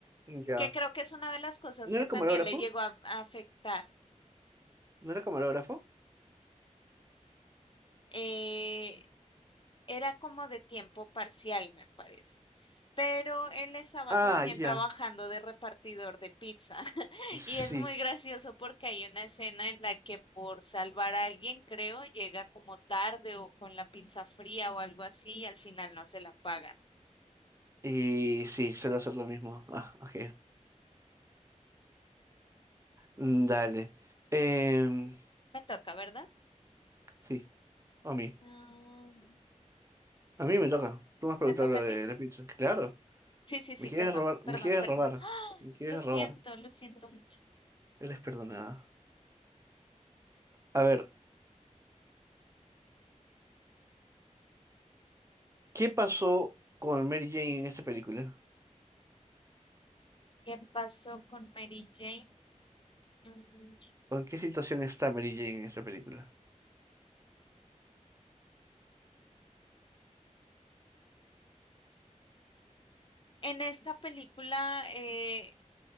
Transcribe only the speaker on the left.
que creo que es una de las cosas
que
también
le llegó a, a afectar.
Eh, era como de tiempo parcial, me parece. Pero él estaba
también
trabajando de repartidor de pizza. <laughs>
Y es muy gracioso porque hay una escena en la que por salvar a alguien, creo, llega como tarde o con la pizza fría o algo así y al final no se la pagan.
Me toca, ¿verdad?
Mm,
¿te toca
a ti?
Sí, sí, sí,
perdón,
perdón,
perdón.
Lo siento,
lo siento mucho.
¿Qué pasó con Mary Jane? Mm,
En esta película, eh,